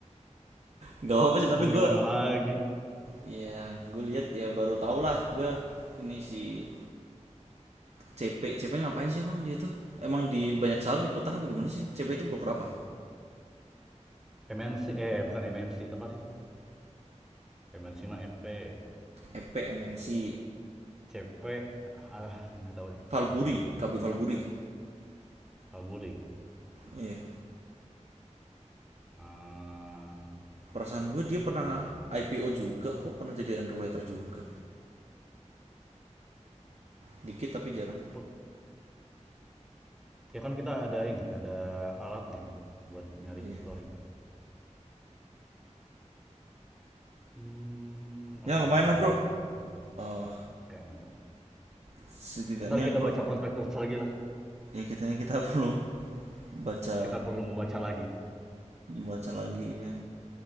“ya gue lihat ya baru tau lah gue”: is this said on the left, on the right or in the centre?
Right